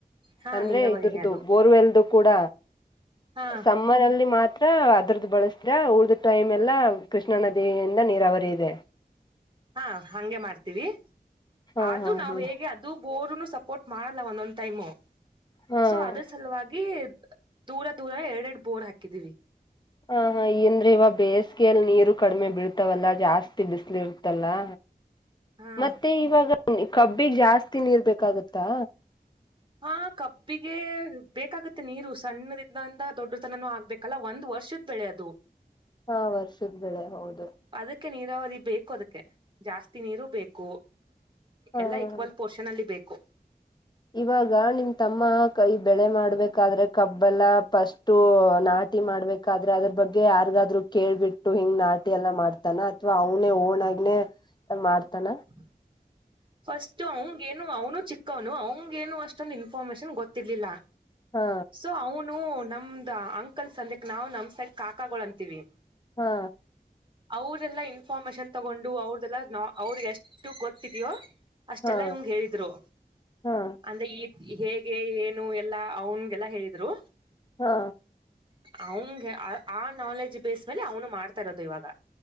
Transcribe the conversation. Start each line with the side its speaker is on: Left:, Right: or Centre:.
Right: ಹಾ
Left: ಅಂದ್ರೆ
Right: ನೀರಾವರಿನೇ
Left: ಇದ್ರದು
Right: ಅದು
Left: ಬೋರ್ವೆಲ್ದು ಕೂಡ
Right: ಹಾ
Left: ಸಂ ಮ್ಮರ್ ಅಲ್ಲಿ ಮಾತ್ರ ಅದರದ್ದ ಬಳಸ್ತೀರಾ ಉಳ್ದ ಟೈಮ್ ಎಲ್ಲ ಕೃಷ್ಣಾ ನದಿಯಿಂದ ನೀರಾವರಿ ಇದೆ.
Right: ಹಾ ಹಂಗೆ ಮಾಡ್ತೀವಿ
Left: ಹಾ
Right: ಆದೂ
Left: ಹಾ
Right: ನಾವು
Left: ಹಾ
Right: ಹೇಗೆ ಅ ದು ಬೋರ್ನು ಸಪೋರ್ಟ್ ಮಾಡಲ್ಲ ಒಂದೊಂದು ಟೈಮ್.
Left: ಹಾ
Right: ಸೊ
Left: ಹ
Right: ಅದ ಸಲುವಾಗಿ ದೂರ ದೂರ ಎರಡ್ ಎರಡ್ ಬೋರ್ ಹಾಕಿದೀವಿ.
Left: ಹ ಹ ಏಂದ್ರೆ ಇವ ಬೇಸಿಗೆಯಲ್ಲಿ ನೀರು ಕಡಿಮೆ ಬಿಡ್ತಾವಲ್ಲಾ ಜಾಸ್ತಿ ಬಿಸ್ಲ ಇರ್ತ್ತಲ್ಲಾ.
Right: ಹಾ
Left: ಮತ್ತೆ ಇವಾಗ ಕಬ್ಬಿಗ್ ಜಾಸ್ತಿ ನೀರ್ ಬೇಕಾಗತ್ತಾ.
Right: ಹಾ ಕಬ್ಬಿಗೆ ಬೇಕಾಗುತ್ತೆ ನೀರು ಸಣ್ಣದಿಂದಿಂದ ದೊಡ್ಡ ತನನೂ ಆಗ್ಬೇಕಲ್ಲ. ಒಂದ ವರ್ಷ ತೆಳೆದು
Left: ಹಾ ವರ್ಷದ ಬೆಳೆ ಹೌದು.
Right: ಅದಕ್ಕೆ ನೀರಾವರಿ ಬೇಕು. ಅದಕ್ಕೆ ಜಾಸ್ತಿ ನೀರು ಬೇಕು.
Left: ಹಾ
Right: ಎಲ್ಲಾ ಈಕ್ವಲ್ ಪೋರ್ಷನ್ ಅಲ್ಲಿ ಬೇಕು.
Left: ಇವಾಗ ನಿಮ ತಮ್ಮ ಕೈ ಬೆಳೆ ಮಾಡ್ಬೇಕಾದ್ರೆ ಕಬ್ಬಲ್ಲ ಫಸ್ಟು ನಾ ಟಿ ಮಾಡ್ಬೇಕಾದ್ರೆ ಅದ್ರ ಬಗ್ಗೆ ಯಾರಿಗಾದ್ರು ಕೇಳ್ಬಿಟ್ಟು ಹಿಂಗ್ ನಾಟಿ ಎಲ್ಲಾ ಮಾಡ್ತಾನ. ಅಥವಾ ಅವನೇ ಹ ಓಣಗನೇ ಮಾಡ್ತಾನ.
Right: <inaudible> ಫಸ್ಟ್ ಅವಂಗ ಏನು ಅವನು ಚಿಕ್ಕವನು ಅವಂಗೇನು ಅಷ್ಟೊಂದು ಇನ್ಫಾರ್ಮೇಶನ್ ಗೊತ್ತಿರ್ಲಿಲ್ಲ.
Left: ಹಾ.
Right: ಸೊ ಅವನು ನಮ್ದ ಅಂಕಲ್ಸ್ ಅಂದಕ್ ನಾವವು ನಮ ಸೈಡ್ ಕಾಕಾಗಳು ಅಂತೀವಿ.
Left: ಹಾ.
Right: ಅವ್ರ ಎಲ್ಲಾ ಇನ್ಫಾರ್ಮೇಶನ್ ತಗೊಂಡು, ಅವ್ರದೆಲ್ಲ ನ ಅವ್ರಿಗೆ ಎಷ್ಟು ಗೊತ್ತಿದ್ಯೋ ಅಷ್ಟೆಲ್ಲಾ
Left: ಹಾ
Right: ಇವಂಗ ಹೇಳಿದ್ರು.
Left: ಹಾ
Right: ಅಂದ್ರೆ ಈ ಹೇಗೆ ಏನು ಎಲ್ಲಾ ಅವನ್ಗೆಲ್ಲ ಹೇಳಿದ್ರು.
Left: ಹಾ.
Right: ಅವನ್ಗೆ ಆ ಆ ನಾಲೆಜ್ ಬೇಸ್ ಮೇಲೆ ಅವನು ಮಾಡ್ತಾ ಇರೋದ ಇವಾಗ.